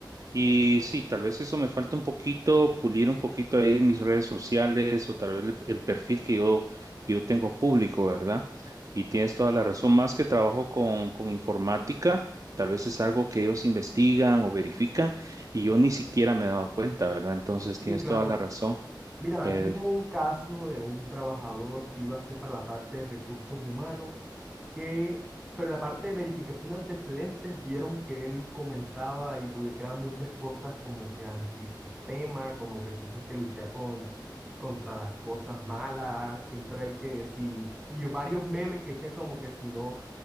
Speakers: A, on the right; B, in the centre.
A: Y sí, tal vez eso me falta un poquito, pulir un poquito ahí mis redes sociales o tal vez el, el perfil que yo, que yo tengo público, ¿verdad? Y tienes toda la razón, más que trabajo con, con informática, tal vez es algo que ellos investigan o verifican y yo ni siquiera me he dado cuenta, ¿verdad? Entonces tienes
B: sí claro,
A: toda la razón.
B: Mira,
A: Eh,
B: aquí hubo un caso de un trabajador que iba a ser para la parte de recursos humanos, que, pero en la parte de verificación de antecedentes, vieron que él comentaba y publicaba muchas cosas como que antisistema, como que siempre hay que luchar con, contra las cosas malas, siempre hay que, si, y varios memes que decían como que si no,